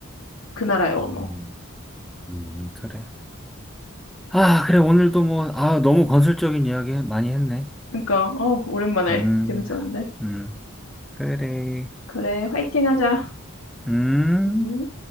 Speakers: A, on the left; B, in the centre.
A: 그 나라의 언어.
B: 음, 음, 그래. 아, 그래, 오늘도 뭐, 아, 너무 건설적인 이야기 많이 했네.
A: 그러니까 어 오랜만에
B: 음,
A: 재밌었는데.
B: 음, 그래,
A: 그래, 화이팅 하자.
B: 음.
A: 음.